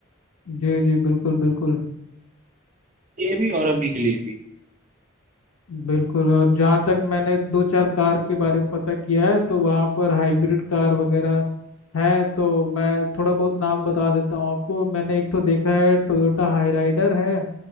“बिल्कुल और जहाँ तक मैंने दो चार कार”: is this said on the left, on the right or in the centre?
Left